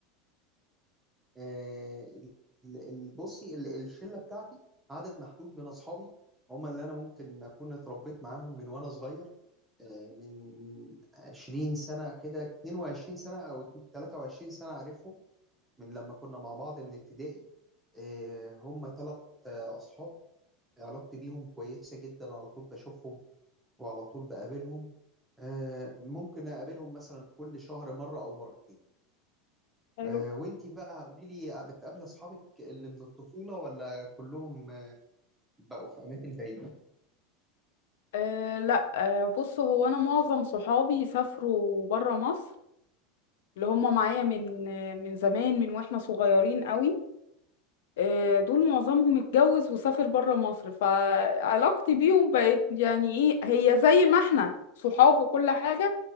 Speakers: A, in the centre; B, on the left.
A: آه، ال- ال- بصي ال- الشله بتاعتي عدد محدود من اصحابي هم اللي انا ممكن اكون اتربيت معاهم من وانا صغير آه، من 20 سنه كده 22 سنه او 23 سنه عارفهم من لما كنا مع بعض من ابتدائي آه، هم ثلاث اصحاب علاقتي بيهم كويسه جدا على طول بشوفهم وعلى طول بقابلهم آه، ممكن اقابلهم مثلا كل شهر مره او مرتين
B: حلو
A: آه، وانتي بقى قولي لي بتقابلي اصحابك اللي من الطفوله ولا كلهم آه، بقوا في اماكن بعيده
B: أه لا أه بص هو انا معظم صحابي سافروا برا مصر اللي هم معايا من من زمان من واحنا صغيرين قوي آه، دول معظمهم اتجوز وسافر بره مصر فعلاقتي بيهم بقت يعني ايه هي زي ما احنا صحاب وكل حاجة